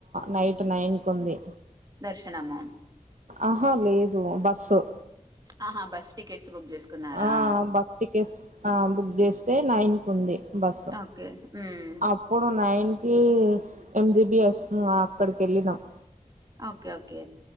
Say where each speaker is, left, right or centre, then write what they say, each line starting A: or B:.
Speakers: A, on the right (about 70°); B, on the right (about 30°).
A: నైట్ నైన్ కు ఉంది
B: దర్శనమా
A: ఆహా లేదు బస్సు
B: ఆహా బస్ టికెట్స్ బుక్ చేసుకున్నారా
A: ఆ బస్ టికెట్ ఆ బుక్ చేస్తే నైన్ కు ఉంది బస్సు
B: ఓకే హ్మ్
A: అప్పుడు నైన్ కి ఎంజిబిఎస్ అక్కడికి వెళ్ళినాం
B: ఓకే ఓకే